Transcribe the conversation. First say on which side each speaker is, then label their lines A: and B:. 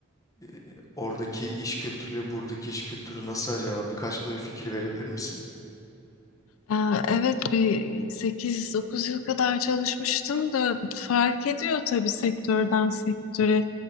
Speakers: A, on the left (about 15°); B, on the left (about 75°).
A: ee, oradaki iş kültürüyle buradaki iş kültürü nasıl acaba? Birkaç böyle fikir verebilir misin?
B: Aa, evet bir sekiz, dokuz yıl kadar çalışmıştım da fark ediyor tabii sektörden sektöre.